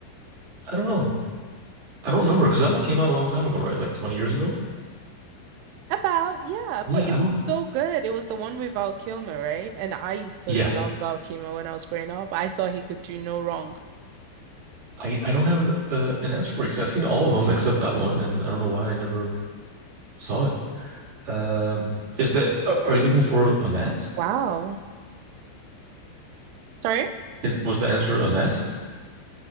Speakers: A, on the right; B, on the right.
A: I don't know. I don't remember because that one came out a long time ago, right? Like 20 years ago.
B: About, yeah,
A: Yeah,
B: but it
A: I don't.
B: was so good. It was the one with Val Kilmer, right? And I used to
A: Yeah,
B: love Val Kilmer when I was growing up. I thought he could do no wrong.
A: I I don't have an, uh, an answer for you because I've seen all of them except that one, and I don't know why I never saw it. Um, is that are, are you looking for a mask?
B: Wow. Sorry?
A: Is was the answer a mask?